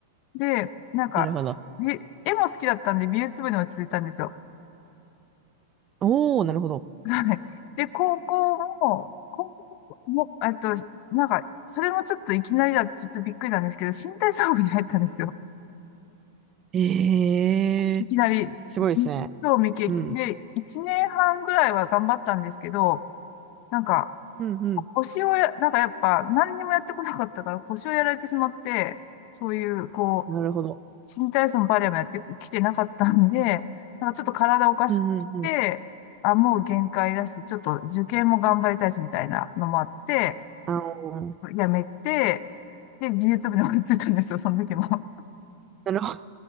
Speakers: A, on the left; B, on the right.
A: で、なんか、
B: <laughs> なるほど。
A: び絵も好きだったんで、美術部に落ち着いたんですよ。
B: おー、なるほど。
A: はい。で、高校も、高校も、えっと、なんか、それもちょっといきなりだって、ちょっとびっくりなんですけど、新体操部に入ったんですよ。
B: ええー
A: いきなり、
B: すごいですね。
A: そう未経験。
B: うん。
A: で、1年半ぐらいは頑張ったんですけど、なんか、
B: うんうん。
A: 腰をや、なんかやっぱ、何にもやってこなかったから腰をやられてしまって、そういう、こう、
B: なるほど。
A: 新体操もバレエもやってきてなかったんで、なんかちょっと体おかしくして、
B: うんうんうん。
A: あ、もう限界だし、ちょっと受験も頑張りたいしみたいなのもあって、
B: あの、
A: 辞めて、で、技術部に追いついたんですよ、その時も。
B: なるほど。